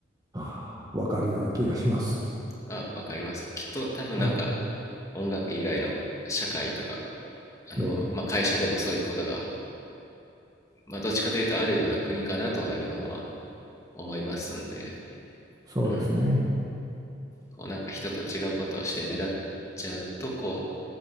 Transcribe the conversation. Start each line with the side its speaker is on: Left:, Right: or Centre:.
Right: ああ、わかるような気がします。
Left: あわかりますきっと多分なんか
Right: はい。
Left: 音楽以外の社会とかあの、
Right: ええ、
Left: まあ、会社でもそういうことが、まあ、どっちかというとあるような国かなとは日本は思いますんで、
Right: そうですね。
Left: うん、こうなんか人と違うことをして目立っちゃうとこう